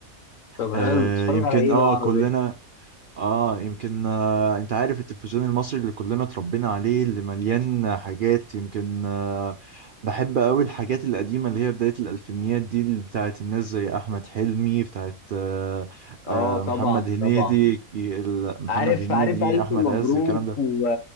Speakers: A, on the left; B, on the right.
A: طب
B: آه
A: حلو بتتفرج
B: يمكن
A: على إيه
B: اه
A: بقى
B: كلنا
A: عربي؟
B: اه يمكن آه انت عارف التلفزيون المصري اللي كلنا اتربينا عليه اللي مليان حاجات يمكن آه بحب قوي الحاجات القديمة اللي هي بداية الألفينيات دي اللي بتاعت الناس زي أحمد حلمي بتاعت آه
A: آه
B: آه
A: طبعا
B: محمد هنيدي
A: طبعا
B: ال- محمد
A: عارف
B: هنيدي
A: عارف ألف
B: أحمد
A: مبروك
B: عز الكلام ده
A: و-